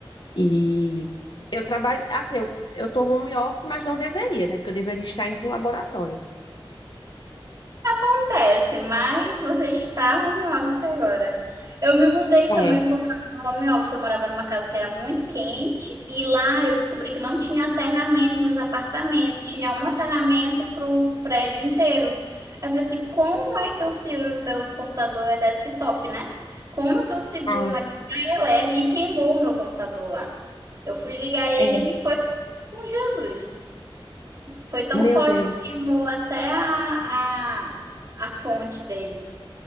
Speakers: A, on the left; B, on the right.
A: E eu trabalho, assim, eu, eu tô home office, mas não deveria, né? Porque eu deveria estar indo pro laboratório.
B: acontece, mas você está home office agora. Eu me mudei
A: É.
B: também por causa do home office. Eu morava numa casa que era muito quente e lá eu descobri que não tinha aterramento nos apartamentos, tinha um aterramento para o prédio inteiro. Aí eu falei assim: como é que eu se o meu computador é desktop, né? Como é que eu seguro
A: Ah.
B: uma descarga elétrica? E queimou o meu computador lá. Eu fui ligar ele,
A: É.
B: ele foi com Jesus. Foi tão
A: Meu
B: forte
A: Deus.
B: que queimou até a, a, a fonte dele.